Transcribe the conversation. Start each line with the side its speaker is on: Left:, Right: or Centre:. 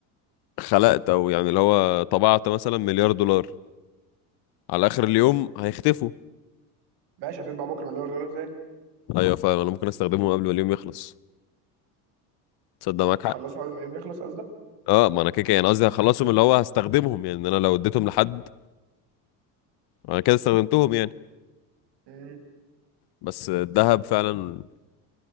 Left: خلقت او يعني اللي هو طبعت مثلا مليار دولار على اخر اليوم
Right: مم.
Left: هيختفوا
Right: ماشي هتطبع بكره مليار دولار تاني
Left: ايوه فاهم انا ممكن استخدمهم قبل ما اليوم يخلص تصدق
Right: ممكن
Left: معاك
Right: تخلصه
Left: حق
Right: قبل ما اليوم يخلص
Left: اه ما انا كده كده يعني قصدي هخلصهم اللي هو هستخدمهم يعني إن انا لو اديتهم لحد انا كده استخدمتهم يعني
Right: قصدك
Left: بس الذهب فعلا